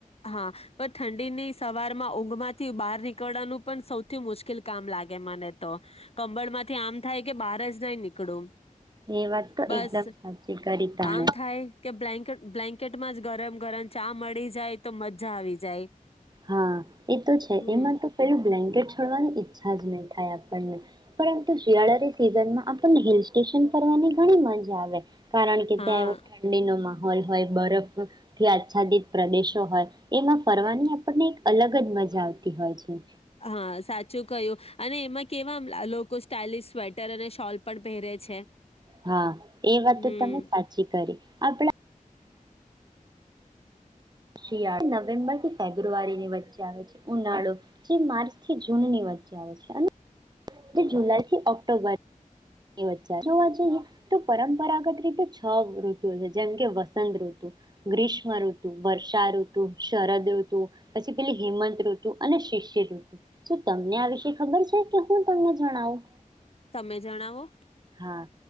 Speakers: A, on the left; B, on the right.
A: હા પણ ઠંડીની સવારમાં ઊંઘમાં થી બાર નીકળવાનું પણ સૌથી મુશ્કેલ કામ લાગે મને તો કંબળ માંથી આમ થાય કે બાર જ નહી નીકળું.
B: એ વાત તો
A: બસ
B: એકદમ સાચી કરી તમે
A: આમ થાય કે બ્લેન્કેટ બ્લેન્કેટમાં જ ગરમ ગરમ ચા મળી જાય તો મજા આવી જાય.
B: હા એ તો છે
A: હમ.
B: એમાં તો પેલું બ્લેન્કેટ છોડવાની ઇચ્છા જ નય થાય આપણને પરંતુ શિયાળાની સિઝનમાં આપણને હિલ સ્ટેશન ફરવાની ઘણી મજા આવે. કારણ કે
A: હા
B: ત્યાં એવ ઠંડીનો મા હોલ હોય બરફથી આચ્છાદિત પ્રદેશો હોય એમાં ફરવાની આપને એક અલગ જ મ જા આવતી હોય છે.
A: હા સાચું કયું અને એમાં કેવા લોકો સ્ટાઇલિશ સ્વેટર અને શોલ પણ પહેરે છે.
B: હા એ વાત
A: હમ
B: તો તમે સાચી કરી આપણા શિયાળા નવેમ્બર થી ફેબ્રુઆરીની વચ્ચે આવે છે ઉનાળો જે માર્ચ થી જૂન ની વચ્ચે આવે છે અને જે જુલાઈથી ઓક્ટોબર એ વચ્ચે જોવા‌ જઈએ તો પરંપરાગત રીતે છ ઋતુ છે જેમ કે વસંત ઋતુ ગ્રીષ્મ ઋતુ વર્ષાઋતુ શરદ ઋતુ પછી પેલી હેમંત ઋતુ અને શિશિર ઋતુ શુ તમને આ વિષે ખબર છે. કે હું તમને જણાવું?
A: તમે જણાવો.
B: હા